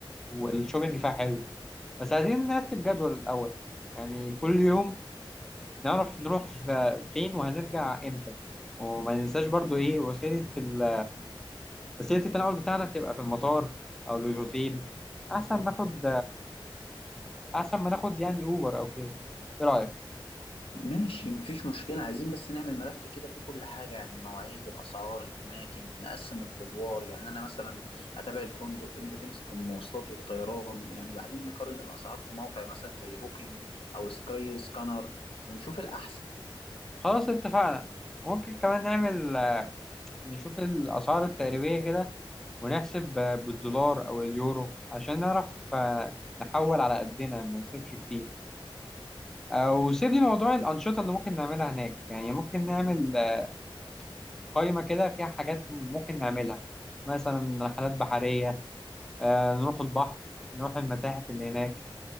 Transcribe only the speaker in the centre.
والشوبينج فيها حلو بس عايزين نرتب جدول الأول يعني كل يوم نعرف نروح ف- فين وهنرجع إمتى وما ننساش برضو إيه وسيلة ال... وسيلة التنقل بتاعنا تبقى في المطار أو للهوتيل أحسن ناخد أحسن ما ناخد يعني أوبر أو كده إيه رأيك؟
خلاص اتفقنا ممكن كمان نعمل آه، نشوف الأسعار التقريبية كده ونحسب آه، بالدولار أو اليورو عشان نعرف آه، نحول على قدنا ما نصرفش كتير آه، وسيب لي موضوع الأنشطة اللي ممكن نعملها هناك يعني ممكن نعمل آه، قائمة كده فيها حاجات ممكن نعملها مثلا رحلات بحرية آه، نروح البحر نروح المتاحف اللي هناك